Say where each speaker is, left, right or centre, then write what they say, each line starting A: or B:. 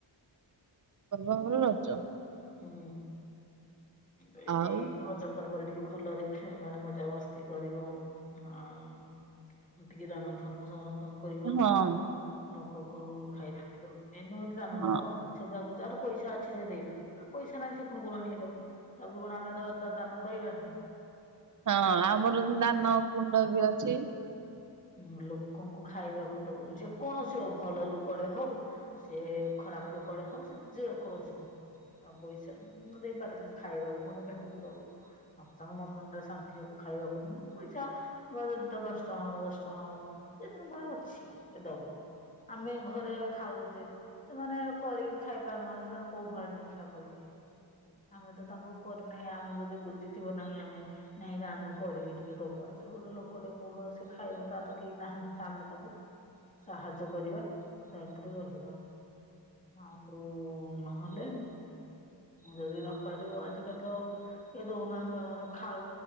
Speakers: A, on the right; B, on the left.
A: ପର୍ବ ଆମର ରଜ।
B: ହୁଁ ବେ
A: ଆଉ
B: ଦେଇ ରଜ ପର୍ବରେ ଟିକେ ଭଲରେ ଖେ ମାନେ ମଜା ମସ୍ତି କରିବ ଆଉ ଟିକେ ଦାନ ଧର୍ମ ସମ ତଂ କରିବ
A: ହଁ।
B: ଲୋକ କ ଖାଇବା ପିଇବା ମେନ୍ ହଉଚି ଦାନ ଧର୍ମ।
A: ହଁ
B: ସେଯାକୁ ଯାର ପଇସା ଅଛି ସେ ଦେଇପାରୁ। ତୋର ପଇସା ନାଇଁ ସେ ପୁଣି କୋଉ ଆଣିକି ଦବ? ତାକୁ କଣ ଆମେ ଦ ଦାନ କରିବାନେଇ?
A: ହଁ ଆମର ଦାନ କୁଣ୍ଡ ବି ଅଛି।
B: ହୁଁ ଲୋକଙ୍କୁ ଖାଇବାକୁ ଦବ ଯେକୌଣସି ଅ ଭଲ ଲୋକଟେ ହଉ ସେ ଖରାପ ଲୋକଟେ ହଉ ସେ ଯେକୌଣସି ଲୋକ। ହଉ ନ ପଇସା ମୁଁ ଦେଇପାରେ ତମେ ଖାଇବାକୁ ଗଣ୍ଡେ ପେଟକୁ ଦବ। ଅକୁ ତାଙ୍କ ମନୁଡେ ଶାନ୍ତି ହବ ଖାଇବାକୁ <inaudible> ପଇସା ବ ଯେ ଦେ ପାଁଶ ଟଙ୍କା ହଉ ଦଶ୍ ଚଁ ହ ଏଇଥୁଁ କଣ ଅଛି ଦେ ଦବ ଆମେ ଘରେ ଖାଉଚେ। ସେମାନେ କରିିକି ଖାଇପାରୁନାହାନ୍ତି ସେମାନେ କୋଉଠୁ ଆଣିକି ଖା କରି ଖାଇବେ? ଆମେ ତ ତାଙ୍କୁ କରିନାହିଁ ଆମକୁ ଯଦି ବୁଝିଥିବ ନାହିଁ ଆମେ ନାଇଁ ରେ ଆମେ କରିକି ଟିକେ ଦବା ସେ ଗୋଟେ ଲୋକ ଟିକେ କଉଠୁ ଆଉ ସେ ଖାଇବ ତାର ତ କେହି ନାହାନ୍ତି ତା ଆମେ ତାକୁ ସାହାଯ୍ୟ କରିବା ଦାୟିତ୍ଵରେ ରହିବା ଆଉ ନହେଲେ ଯଦି ନପାରିବ ଆଜିକାଲି ତ ଆଉ କିଏ ଦଉନାହାନ୍ତି ଜଣେ ଜଣ ଖାଉ